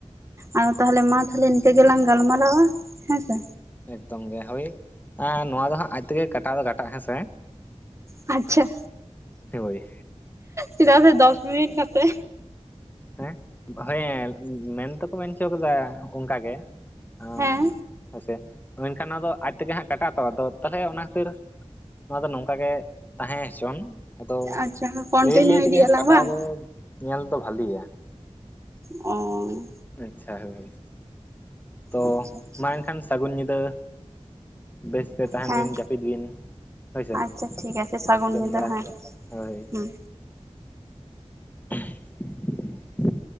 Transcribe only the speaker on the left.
ᱮᱠᱫᱚᱢ ᱜᱮ ᱦᱳᱭ ᱮ ᱱᱚᱣᱟ ᱫᱚ ᱦᱟᱸᱜ ᱟᱡ ᱛᱮᱜᱮ ᱠᱟᱴᱟᱣ ᱫᱚ ᱠᱟᱴᱟᱜ ᱦᱮᱸᱥᱮ
ᱦᱳᱭ
ᱦᱮᱸ ᱦᱚᱭᱮ ᱢᱮᱱ ᱛᱚᱠᱚ ᱢᱮᱱ ᱦᱚᱪᱚ ᱠᱟᱫᱟ ᱚᱱᱠᱟ ᱜᱮ ᱦᱚᱸ
ᱦᱮᱥᱮ ᱢᱮᱱᱠᱷᱟᱱ ᱱᱚᱣᱟ ᱫᱚ ᱟᱡ ᱛᱮᱜᱮ ᱦᱟᱸᱜ ᱠᱟᱴᱟᱜ ᱟᱛᱚ ᱟᱫᱚ ᱛᱟᱦᱚᱞᱮ ᱚᱱᱟ ᱠᱷᱟᱹᱛᱤᱨᱼᱼ ᱱᱚᱣᱟ ᱫᱚ ᱱᱚᱝᱠᱟ ᱜᱮ ᱛᱟᱦᱮᱸ ᱦᱚᱪᱚᱱ ᱟᱫᱚ
ᱞᱟᱹᱭ ᱞᱟᱹᱭ ᱛᱮᱜᱮ
ᱦᱟᱸᱜ ᱠᱟᱴᱟᱣ
ᱫᱚ ᱧᱮᱞ ᱫᱚ ᱵᱷᱟᱞᱤᱭᱟ
ᱟᱪᱪᱷᱟ ᱦᱮ ᱵᱷ <unintelligible> ᱛᱚ
ᱢᱟ ᱮᱱᱠᱷᱟᱱ ᱥᱟᱹᱜᱩᱱ ᱧᱤᱫᱟᱹ ᱵᱮᱥᱛᱮ ᱛᱟᱦᱮᱱ
ᱵᱤᱱ ᱡᱟᱹᱯᱤᱫ ᱵᱤᱱ ᱦᱳᱭᱥᱮ
ᱡᱚᱢ
ᱵᱟᱲᱟ
ᱦᱳᱭ
<unintelligible>